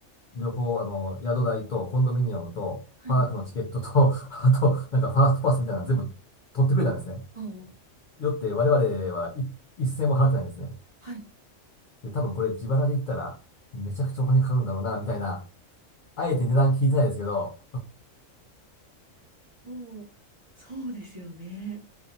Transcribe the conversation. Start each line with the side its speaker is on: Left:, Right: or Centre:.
Left: 旅行、あの、宿代とコンドミニアムと、
Right: はい。
Left: パークのチケットと、<laughs> あと、なんかファーストパスみたいなの全部取ってくれたんですね。
Right: おう。
Left: よって、我々はい一銭も払ってないんですね。
Right: はい。
Left: で、多分これ自腹で言ったら、めちゃくちゃお金かかるんだろうな、みたいな。あえて値段聞いてないですけど、
Right: そう、そうですよね。